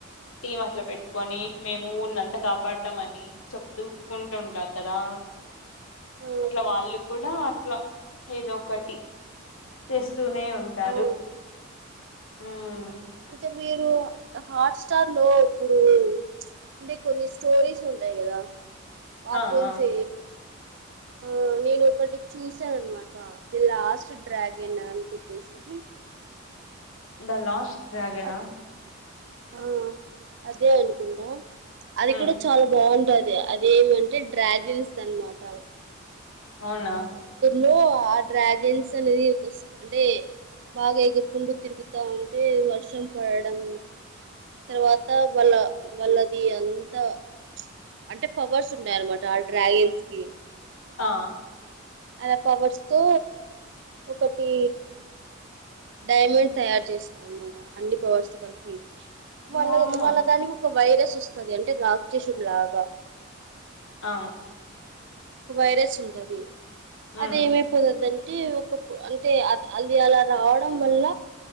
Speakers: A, on the left; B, on the right.
A: టీమ్ అట్లా పెట్టి కని మేము <unintelligible> అంత కాపాడుతాం అని చెప్తూకుంటుంటారు కదా
B: ఆ
A: అట్లా వాళ్ళు కూడా అట్లా ఏదో ఒకటి చేస్ వస్తూనే ఉంటారు
B: ఆ
A: మ్
B: ఇకా మీరు హాట్స్టార్ లో ఇప్పుడు అంటే కొన్ని స్టోరీస్ ఉంటాయి కదా పట్లూన్స్
A: ఆ ఆ
B: ఆ నేను ఒకటి చూసారనమాట ది లాస్ట్ డ్రాగన్ అని చెప్పేసి
A: దా లాస్ట్ డ్రాగన్
B: అది
A: హా
B: ఆ అదే అనుకుంటా అది
A: హ్మ్
B: కూడా చాలా బాగుంటది అ అదేమంటే డ్రాగిన్స్ అనమాట
A: అవునా
B: లో ఆ డ్రాగన్స్ అనేది ఓస్ అంటే బాగా ఎగురుకుంటూ తిరుగుతా ఉంటే వర్షం పడడం, తర్వాత వాళ్ళ వాళ్ళది అంతా అంటే పవర్స్ ఉన్నాయ అనమాట ఆ డ్రాగన్స్ కి
A: ఆ
B: అలా పవర్స్ తో ఒకటి డైమండ్ తయారు చేశారనమాట, అన్ని పవర్స్ తో కలిపి వాల
A: మామ్
B: వాల్లదనికి ఒక వైరస్ వస్తది అంటే లాక్ చేసడు లా బ
A: ఆ
B: వైరస్ ఉంటది
A: హ్మ్
B: అదేమే పోదదని అంటే ఒక అంటే అ అది అలా రావడం వల్ల